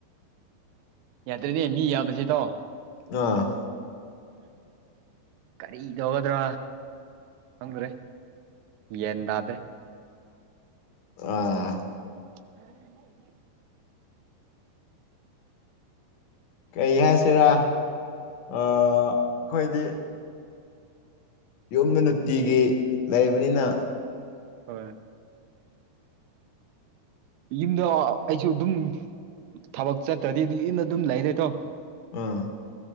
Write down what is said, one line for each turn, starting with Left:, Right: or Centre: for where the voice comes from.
Right: ꯌꯥꯗ꯭ꯔꯦꯅꯦ ꯃꯤ ꯌꯥꯝꯕꯁꯦ ꯇꯥꯎ
Left: ꯑꯥ
Right: ꯀꯔꯤ ꯇꯧꯒꯗ꯭ꯔꯣ ꯑꯗ꯭ꯔꯦ ꯌꯦꯟꯗꯦ
Left: ꯑꯥ
Right: ꯎꯝ
Left: ꯀꯩ ꯍꯥꯏꯁꯤꯔꯥ ꯑꯩꯈꯣꯏꯗꯤ ꯌꯨꯝꯗ ꯅꯨꯡꯇꯤꯒꯤ ꯂꯩꯕꯅꯤꯅ
Right: ꯍꯣꯏ ꯌꯨꯝꯗ ꯑꯩꯁꯨ ꯑꯗꯨꯝ ꯊꯕꯛ ꯆꯠꯇ꯭ꯔꯗꯤ ꯑꯗꯨ ꯌꯟꯅ ꯑꯗꯨꯝ ꯂꯩꯔꯦ ꯇꯧ
Left: ꯑꯥ